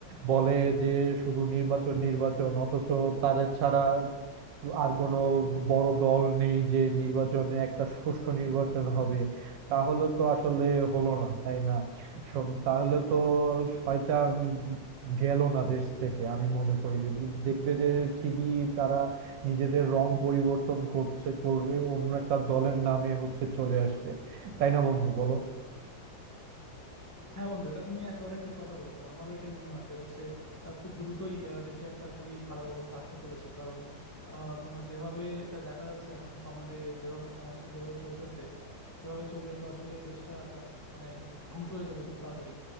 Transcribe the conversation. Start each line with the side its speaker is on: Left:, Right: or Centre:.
Right: বলে যে শুধু নির্বাচন নির্বাচন অথচ তাদের ছাড়া আর কোনো বড় দল নেই যে নির্বাচনে একটা সুষ্ঠু নির্বাচন হবে তাহলে তো আসলে হলো না তাই না শোন, তাহলে তো শয়তান গেল না দেশ থেকে আমি মনে করি দেখবে যে ঠিকই তারা নিজেদের রং পরিবর্তন করছে করলে অন্য একটা দলের নামে হচ্ছে চলে আসবে তাই না বন্ধু বলো
Left: হ্যাঁ বন্ধু এটা তুমি একেবারে ঠিক কথা বলেছো আমারও এটাই মনে হয় যে হচ্ছে আহ, খুব দ্রুতই আহ, দেশে একটা খুবই খারাপ অবস্থা আসতে চলেছে কারণ আহ, তোমার যেভাবে আহ, দেখা যাচ্ছে এখন সমাজে যেভাবে সমাজটা যেভাবে চলতেছে সেভাবে চললে তো আসলে দেশটা মানে ধ্বংস হয়ে যাবে খুব তাড়াতাড়ি